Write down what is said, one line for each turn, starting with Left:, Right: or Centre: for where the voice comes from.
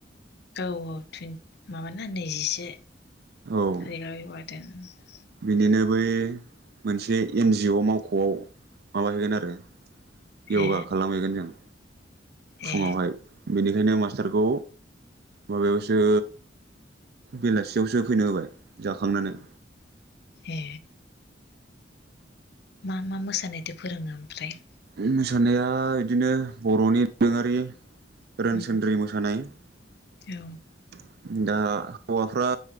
Left: औ औ माबाना नैजिसे <unintelligible>
Right: औ बिनिनो बै मोनसे एनजिअ मावख'आव माबाहैगोन आरो योगा
Left: ए
Right: खालामहैगोन जों फुङावहाय
Left: ए
Right: बेनिखायनो मास थारखौ माबायावसो बेलासियावसो फैनो होबाय जाखांनानै।
Left: ए मा मा मोसानायथो फोरोङो ओमफ्राय
Right: उम मोसानाया इदिनो बर'नि दोरोङारि रोनसोनद्रि
Left: उम
Right: मोसानाय <unintelligible>
Left: औ
Right: दा हौवाफ्रा